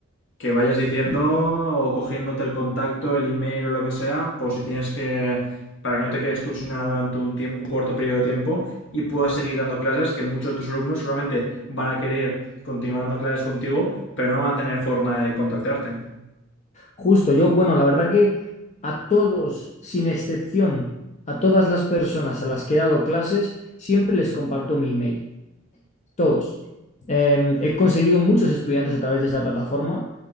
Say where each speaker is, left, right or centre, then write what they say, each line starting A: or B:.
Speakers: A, on the left (about 60°); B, on the left (about 35°).
A: que vayas diciendo o cogiéndote el contacto, el email o lo que sea, por si tienes que, para que no te quedes tú sin nada durante un, tiempo, un corto periodo de tiempo y puedas seguir dando clases, que muchos de tus alumnos seguramente van a querer continuar dando clases contigo, pero no van a tener forma de contactarte.
B: Justo, yo, bueno, la verdad que a todos, sin excepción, a todas las personas a las que he dado clases, siempre les comparto mi email todos. Eh, he conseguido muchos estudiantes a través de esa plataforma